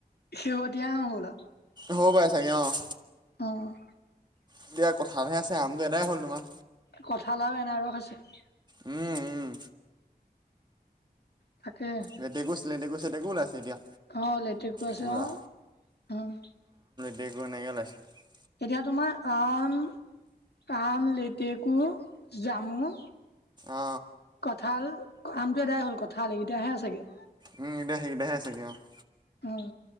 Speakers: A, on the left (about 85°); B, on the right (about 25°).
A: শেহতীয়া নহ'লা
B: হব পাই ছাগে অ <unintelligible>
A: অঁ
B: এতিয়া কঠালহে আছে আমতো এদাই হ'ল তোমাৰ
A: কঁঠালাও এন আৰস আছে <unintelligible>
B: উম উম
A: তাকে
B: লেটেকো ছেটেকো ওাইছে এতিয়া
A: অ লেটেকো আছে
B: পুৰা
A: অ <unintelligible>
B: দেগ ব নাই গলছে <unintelligible>
A: এতিয়া তোমাৰ আম আম লেটেকু জামু
B: অ
A: কঁঠাল আমটো এদাই হল কঠাল এইকেইটাহে আচেগে
B: উম এতিয়া সেইগেইটাহে আছেনে আও <unintelligible>
A: উ